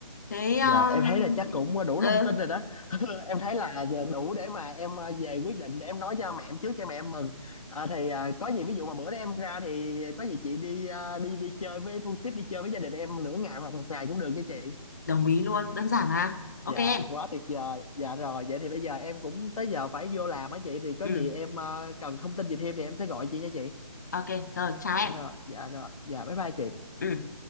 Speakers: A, on the left; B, on the left.
A: thế ờ,
B: Dạ em thấy là chắc cũng đủ
A: ừ
B: thông tin rồi đó <laughs> Em thấy là đủ để mà em ờ, về quyết định để em nói cho mẹ em trước cho mẹ em mừng Ờ, Thì ờ, có gì ví dụ mà bữa đó em ra thì có gì chị đi ờ, đi đi chơi với thu tiếp đi chơi với gia đình em nửa ngày hoặc một ngày cũng được nha chị
A: đồng ý luôn đơn giản mà ok
B: Dạ
A: em
B: quá tuyệt vời Dạ rồi vậy thì bây giờ em cũng tới giờ phải vô làm á chị Thì có
A: ừ
B: gì em ờ, cần thông tin gì thêm thì em sẽ gọi chị nha chị
A: ok rồi chào
B: Dạ
A: em
B: rồi dạ rồi dạ bye bye chị
A: Ừ.